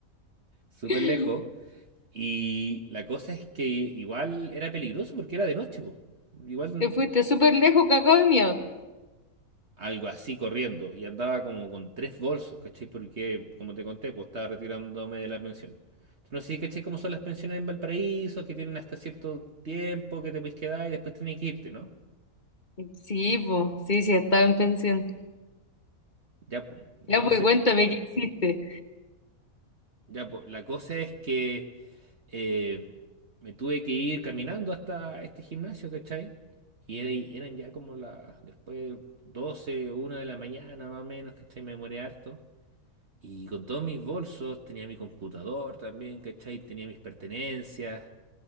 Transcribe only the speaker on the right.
Súper
lejos. Y la cosa es que igual era peligroso porque era de noche, po. Igual
algo así corriendo y andaba como con tres bolsos, ¿cachai? Porque, como te conté, pues estaba retirándome de la pensión. Entonces, No sé si cachai cómo son las pensiones en Valparaíso, que tienen hasta cierto tiempo que te puedes quedar y después tienes que irte, ¿no?
Ya, pues, entonces,
ya, pues, la cosa es que eh, me tuve que ir caminando hasta este gimnasio, ¿cachai? Y era- y eran ya como las, después doce una de la mañana más o menos, ¿cachai? Me demoré harto. Y con todos mis bolsos, tenía mi computador también, ¿cachai? Tenía mis pertenencias.